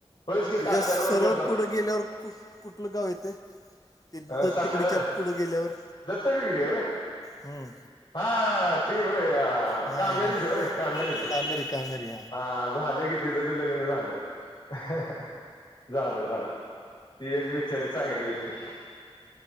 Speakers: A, on the left (about 50°); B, on the left (about 35°).
A: होयच की
B: तुझ्या
A: ताकर
B: सरळ
A: रोडला
B: पुढे गेल्यावर कुठलं गाव येते ते
A: अ
B: दत्त
A: साखरले
B: तिकडीच्या पुढं गेल्यावर
A: दत्त बिगडी
B: हम्म,
A: हा त भय ह
B: हा
A: कामेरीचय कामेरीच
B: कामेरी कामेरी
A: हा झालं कीतीच लग झालं झालं झालं ती एक बिचारी चांगली होती